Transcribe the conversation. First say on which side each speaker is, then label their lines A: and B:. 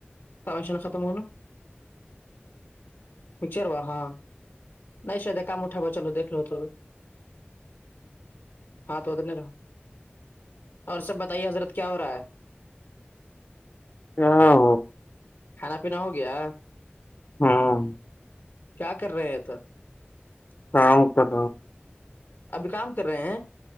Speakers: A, on the left (about 65°); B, on the left (about 50°).
A: کامشان ختم ہوناچاروا ہاں نہیں شید کام اٹاوا چلو دیک لو تو ہاں تو اتنے رہا اور سب بتائیے حضرت کیا ہو رہا ہے
B: ہاں
A: کھانا پینا ہو گیا
B: ہاں
A: کیا کر رہے ہیں تو
B: کام کر
A: ابھی کام کر رہے ہیں